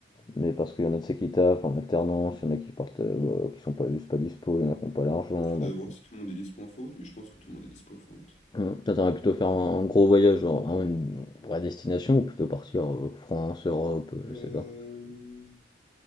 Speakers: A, on the left; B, on the left.
A: mais parce qu'il y en a de ceux qui taffent en alternance, il y en a qui partent, euh, bah, qui sont pas juste pas dispo, il y en a qui n'ont pas l'argent,
B: Faudrait
A: donc...
B: voir si tout le monde est dispo en fin août, mais je pense que tout le monde est dispo fin août.
A: Mmh. Toi, t'aimerais plutôt faire un un gros voyage, genre vraiment une vraie destination, ou plutôt partir euh, France, Europe, euh,
B: Euh...
A: je sais pas.